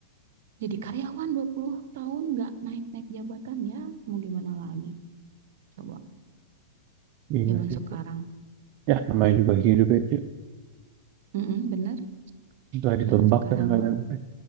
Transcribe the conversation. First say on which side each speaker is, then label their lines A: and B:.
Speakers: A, on the right; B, on the right.
A: jadi karyawan 20 tahun nggak naik-naik jabatan ya mau gimana lagi coba
B: Iya
A: zaman
B: sih.
A: sekarang
B: Cuk. Ya namanya juga hidup ya, Cuk.
A: Mm-mm, bener
B: Susah ditebak
A: zaman sekarang
B: kadang-kadang.
A: mah
B: teh.